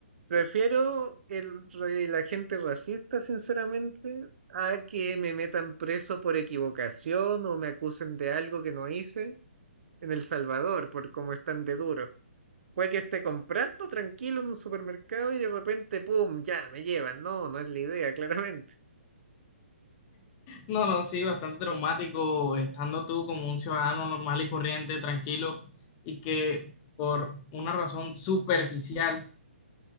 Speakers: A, on the right; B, on the left.
A: prefiero el, re- la gente racista, sinceramente, a que me metan preso por equivocación o me acusen de algo que no hice en El Salvador, por cómo están de duro. Puede que esté comprando tranquilo en un supermercado y de repente, ¡pum!, ya me llevan. No, no es la idea, <laughs> claramente.
B: No, no, sí, bastante traumático estando tú como un ciudadano normal y corriente, tranquilo, y que por una razón superficial